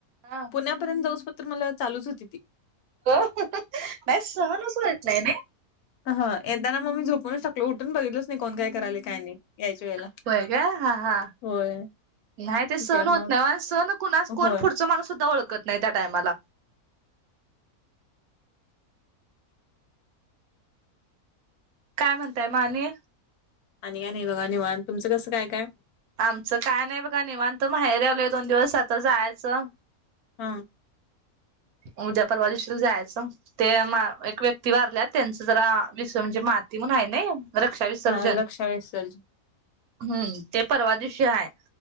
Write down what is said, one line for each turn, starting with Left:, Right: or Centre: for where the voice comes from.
Right: हा
Left: पुण्यापर्यंत जाऊस पत्र मला चालूच होती ती
Right: हो नाही सहनच होत नाही
Left: हा यदा ना मग मी झोपूनच टाकलो उठून बघितलच नाही कोण काय कराय काय नाही याच्या वेळेला
Right: होय का हा हा
Left: होय
Right: नाही ते
Left: ठीक
Right: सण
Left: आहे
Right: होत
Left: मग
Right: नाही सण कोणा कोण
Left: होय
Right: पुढचा माणूस सुद्धा ओळखत नाही त्या टायमाला काय म्हणताय मामी
Left: आणि काय नाही बघा निवांत तुमचं कसं काय काय
Right: आमचं काय नाही बघा निवांत माहेर आलोय दोन दिवस आता जायचं
Left: हा
Right: उद्या परवा दिवशीला जायचं ते म एक व्यक्ती वारल्यात त्यांच जरा दिवस म्हणजे माती म्हण आहे ना रक्षा विसर्जन
Left: हा रक्षा विसर्जन
Right: हम्म ते परवा दिवशी आहे